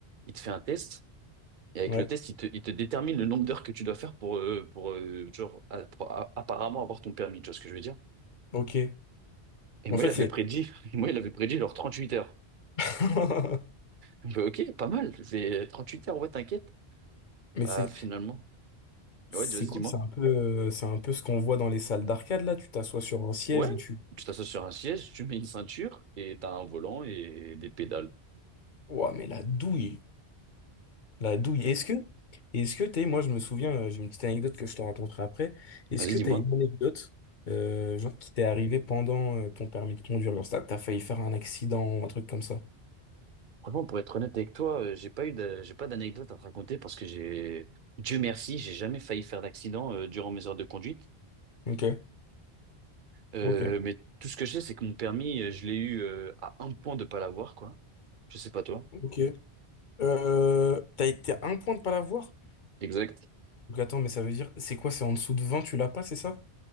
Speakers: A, on the right; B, on the left.
A: il te fait un test. Et avec
B: Ouais,
A: le test, il te, il te détermine le nombre d'heures que tu dois faire pour, euh, pour, euh, genre, a- pour a- apparemment avoir ton permis. Tu vois ce que je veux dire?
B: ok.
A: Et
B: En
A: moi,
B: fait,
A: il avait
B: c'est
A: prédit, <laughs> moi, il avait prédit genre 38 heures.
B: <laughs>
A: Je fais, ok, pas mal. C'est 38 heures, ouais, t'inquiète.
B: Mais
A: Bah,
B: c'est
A: finalement.
B: c'est
A: Ouais, vas-y,
B: cool,
A: dis-moi.
B: c'est un peu euh, c'est un peu ce qu'on voit dans les salles d'arcade là, tu t'assois sur un siège
A: Ouais,
B: et tu
A: tu t'assois sur un siège, tu mets une ceinture et t'as un volant et des pédales.
B: Ouah, mais la douille, la douille. Est-ce que est-ce que t'es moi je me souviens, euh, j'ai une petite anecdote que je te raconterai après. Est-ce
A: Vas-y,
B: que
A: dis-moi.
B: t'as une anecdote euh, genre qui t'est arrivée pendant euh, ton permis de conduire, genre t'as t'as failli faire un accident, un truc comme ça.
A: Franchement, pour être honnête avec toi, euh, j'ai pas eu de- j'ai pas d'anecdote à te raconter parce que j'ai, Dieu merci, j'ai jamais failli faire d'accident euh, durant mes heures de conduite.
B: Ok,
A: Euh,
B: ok,
A: mais tout ce que je sais, c'est que mon permis, euh, je l'ai eu euh, à un point de pas l'avoir, quoi. Je sais pas toi.
B: ok. Euh, t'as été à un point de pas l'avoir?
A: Exact.
B: Donc attends, mais ça veut dire c'est quoi? C'est en dessous de 20, tu l'as pas, c'est ça?